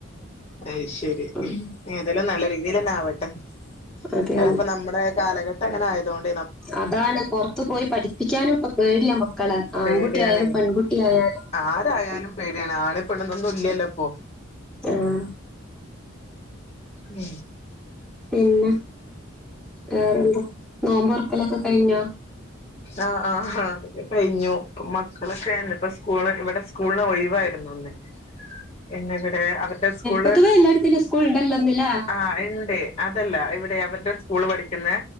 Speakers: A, on the left; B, in the centre.
A: അ ശരിതെല്ലാം
B: ഉം
A: നല്ല രീ ഇലന്നെ ആവട്ടെ
B: അതെ
A: കപ്പ നമ്മുടെ കാലഘട്ടം അങ്ങനെ ആയതോൊണ്ട്
B: അതാണ് പൊറത്ത് പോയി പഠിപ്പിക്കാനും ഇപ്പ പേടിയാ മക്കളെ
A: പേടിയാണ്
B: ആൺകുട്ടിയായാലും പെൺകുട്ടിയായാ
A: ആരായാലും പേടിയാണ് ആണ പെണ്ണന്ന ഒന്നും ഇല്ലല്ലോ ഇപ്പൊ
B: ആഹ
A: മ
B: പിന്നെ ഏ നോമ്പർക്കലൊക്കെ കഴിഞ്ഞ
A: ആഹ് ആ അതൊക്കെ കഴിഞ്ഞു മക്കളൊക്കെ ആരുന്നു ഇപ്പ സ്കൂൾ ഇവിടെ സ്കൂളിന് ഒയവായിരുന്നു ല് ഇന്ന് ഇവിടെ അവര്ടെ സ്കൂള്
B: പൊതുവേ എല്ലായിടത്തിലും സ്കൂൾ ഉണ്ടല്ലോ ഇന്നില്ലേ
A: ആഹ് ഇണ്ട് അതല്ലാ ഇവിടെ അവര് ടെ സ്കൂൾ പഠിക്ക്ന്നേ